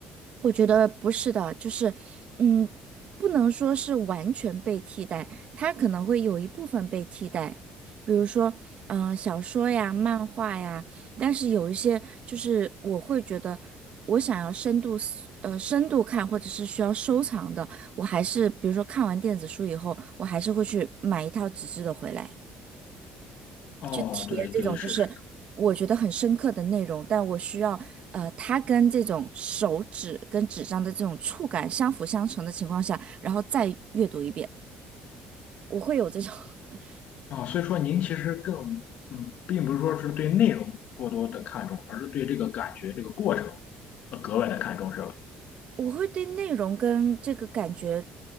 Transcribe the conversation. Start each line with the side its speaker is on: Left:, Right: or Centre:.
Right: 我觉得不是的，就是，嗯，不能说是完全被替代，它可能会有一部分被替代，比如说，嗯、小说呀、漫画呀，但是有一些就是我会觉得，我想要深度思呃，深度看或者是需要收藏的，我还是比如说看完电子书以后，我还是会去买一套纸质的回来。
Left: 哦，
Right: 去贴这种就是我觉得很深刻的内容，
Left: 对对是是。
Right: 但我需要呃，它跟这种手指跟纸张的这种触感相辅相成的情况下，然后再阅读一遍，我会有这种。<laughs>
Left: 啊，所以说您其实更嗯，并不是说是对内容过多的看重，而是对这个感觉、这个过程呃格外的看重，是吧？
Right: 我会对内容跟这个感觉